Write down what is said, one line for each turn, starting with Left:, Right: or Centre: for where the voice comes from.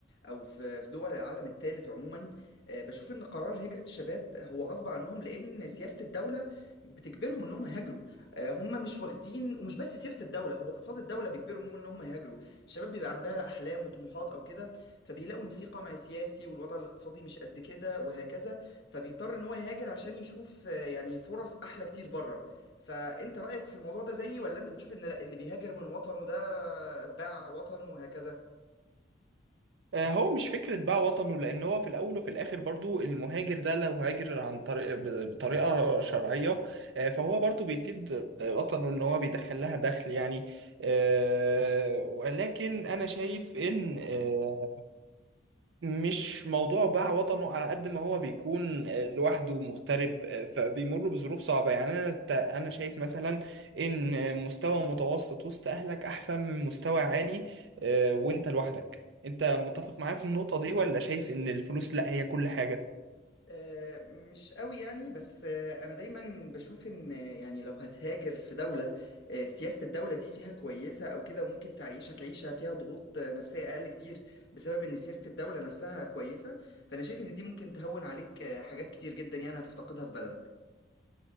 Left: او في في دول العالم الثالث عموما آه، بشوف ان قرار هجرة الشباب هو غصب عنهم لان سياسة الدولة بتجبرهم ان هم يهاجروا آه، هم مش واخدين ومش بس سياسة الدولة هو اقتصاد الدولة بيجبرهم ان هم يهاجروا الشباب بيبقى عندها احلام وطموحات او كده فبيلاقوا ان في قمع سياسي والوضع الاقتصادي مش قد كده وهكذا فبيضطر ان هو يهاجر عشان يشوف آه، يعني فرص احلى كتير بره فانت رأيك في الموضوع ده زيي ولا انت بتشوف ان لا اللي بيهاجر من وطنه ده باع وطنه وهكذا
Right: آه، هو مش فكرة بقى وطنه لأن هو في الأول وفي الآخر برضو المهاجر ده لو هاجر عن طريق ب- بطريقة شرعية آه، فهو برضو بيفيد آه، وطنه إن هو بيدخل لها دخل يعني آه، ولكن أنا شايف إن آه، مش موضوع باع وطنه على قد ما هو بيكون آه، لوحده مغترب آه، فبيمر بظروف صعبة يعني أنا ت- أنا شايف مثلا إن مستوى متوسط وسط أهلك أحسن من مستوى عالي آه، وأنت لوحدك أنت متفق معايا في النقطة دي ولا شايف إن الفلوس لا هي كل حاجة؟
Left: آه، مش قوي يعني بس آه، انا دايما بشوف ان آه، يعني لو هتهاجر في دولة آه، سياسة الدولة دي فيها كويسة او كده ممكن تعيشك عيشة فيها ضغوط آه، نفسية اقل كتير بسبب ان سياسة الدولة نفسها كويسة فانا شايف ان دي ممكن تهون عليك آه، حاجات كتير جدا يعني هتفتقدها في بلدك